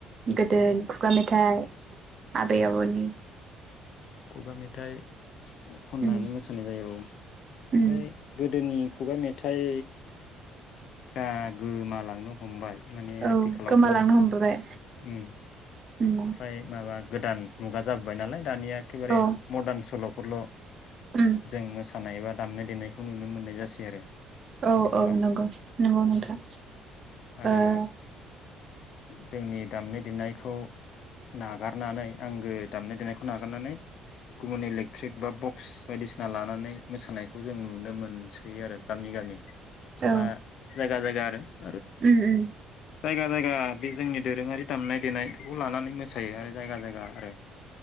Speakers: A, on the right; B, on the left.
A: गोदोनि खुगा मेथाइ आबै आबौनि
B: खुगा मेथाइ खननानै
A: उम
B: मोसानाय जायो औ ओमफ्राय
A: उम
B: गोदोनि खुगा मेथाइ फ्रा गोमा लांनो हमबाय। माने
A: औ
B: आथिखालावथ'
A: गोमालांनो हमबोबाय।
B: उम
A: उम
B: फ्राय मा <unintelligible> गोदान मुगा जाबोबाय नालाय। दानिया एखेबारे
A: औ
B: मर्दान सलफोरल
A: उम
B: जों मोसा खानाय एबा दामनाय देनायखौ नुनो मोननाय जासै आरो।
A: औ
B: आथिखालाव
A: औ नंगौ नंगौ नोंथां
B: आरो
A: ओ
B: जोंनि दामनाय देनायखौ नागारनानै आंगो दामनाय देनायखौ नागारनानै <inaudible> गुबुन इलेक्ट्रिक बा ब क्स बायदिसिना लानानै मोसानायखौ जों नुनो मोनसै आरो गामि गामि।
A: औ
B: बा जाय <unintelligible>
A: उम उम
B: जायगा जायगा बे जोंनि दोरोङारि दामनाय देनायफोरखौ लानानै मोसायो आरो जायगा जायगा आरो